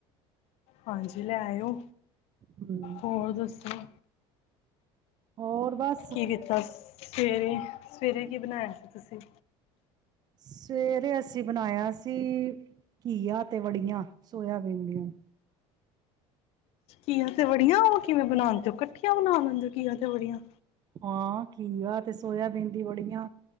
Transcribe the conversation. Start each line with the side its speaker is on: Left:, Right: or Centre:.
Left: ਹਾਂਜੀ ਲੈ ਆਇਓ
Right: ਹੂੰ,
Left: ਹੋਰ ਦੱਸੋ
Right: ਹੋਰ ਬਸ
Left: ਕੀ ਕੀਤਾ ਸ ਸਵੇਰੇ ਸਵੇਰੇ, ਕੀ ਬਣਾਇਆ ਸੀ ਤੁਸੀਂ
Right: ਸਵੇਰੇ, ਅਸੀਂ ਬਣਾਇਆ ਸੀ, ਘੀਆ ਤੇ ਵੜੀਆਂ ਸੋਇਆਬੀਨ ਦੀਆਂ
Left: ਘਆ ਤੇ ਵੜੀਆਂ, ਉਹ ਕਿਵੇਂ ਬਣਾਂਦੇਓ ਕੱਠੀਆਂ ਬਣਾ ਲੈਂਦੇ ਘਆ ਤੇ ਵੜੀਆਂ
Right: ਹਾਂ, ਘੀਆ ਤੇ ਸੋਇਆਬੀਨ ਬੜੀਆਂ